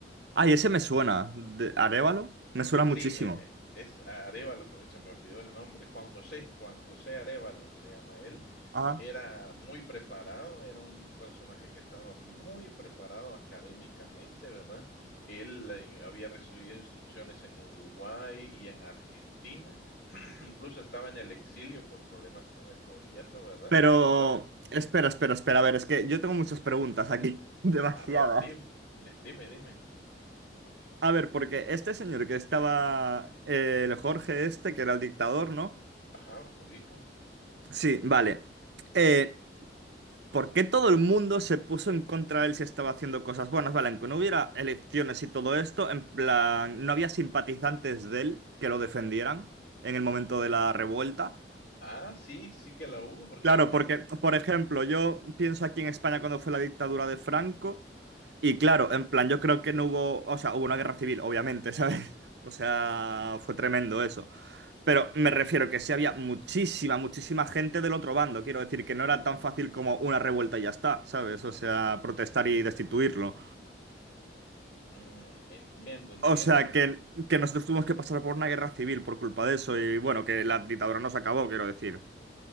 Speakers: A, on the right; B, on the left.
A: Ay, ese
B: ay,
A: me suena.
B: ahorita se me-
A: ¿De Arévalo? Me suena
B: sí,
A: muchísimo.
B: eh, eh, es Arévalo, pero se me olvidó el nombre, Juan José, Juan José Arévalo se llama él.
A: Ah.
B: Era muy preparado, era un personaje que estaba muy preparado académicamente, ¿verdad? Él eh, había recibido instrucciones en Uruguay y en Argentina, <clears throat> incluso estaba en el exilio por problemas con el gobierno, ¿verdad?
A: Pero,
B: Entonces,
A: espera, espera, espera. A ver, es que yo tengo muchas preguntas aquí. <laughs> Demasiadas.
B: a ver, dime, di- dime, dime.
A: A ver, porque este señor que estaba, eh, el Jorge este, que era el dictador, ¿no?
B: Ajá, ubico.
A: Sí, vale. Eh, ¿por qué todo el mundo se puso en contra de él si estaba haciendo cosas buenas? Vale, aunque no hubiera elecciones y todo esto, en plan, no había simpatizantes de él que lo defendieran en el momento de la revuelta.
B: Ah, sí, sí que la hubo, porque
A: Claro, porque, por ejemplo, yo pienso aquí en España cuando fue la dictadura de Franco, y claro, en plan, yo creo que no hubo, o sea, hubo una guerra civil, obviamente, ¿sabes? <laughs> O sea, fue tremendo eso. Pero me refiero que sí había muchísima, muchísima gente del otro bando, quiero decir, que no era tan fácil como una revuelta y ya está, ¿sabes? O sea, protestar y destituirlo.
B: Mm, entiendo, entiendo.
A: O sea, que, que nosotros tuvimos que pasar por una guerra civil por culpa de eso, y bueno, que la dictadura no se acabó, quiero decir.